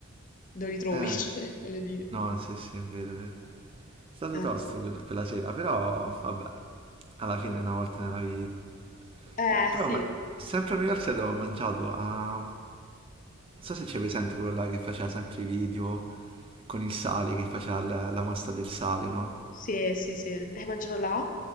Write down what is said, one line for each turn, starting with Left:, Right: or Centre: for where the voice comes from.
Left: dove li trovi?
Right: Eh,
Left: <laughs> Cioè, voglio dire.
Right: no, sì, sì, è vero, è vero. È stato
Left: Eh,
Right: tosto quella quella sera, però vabbè, alla fine è una volta nella vita.
Left: Eh,
Right: Beh, però
Left: sì,
Right: ma- sempre a New York State avevo mangiato a... Non so se c'è presente quello là che faceva sempre i video con il sale, che faceva la, la mostra del sale, no?
Left: sì, sì, sì. Hai mangiato là?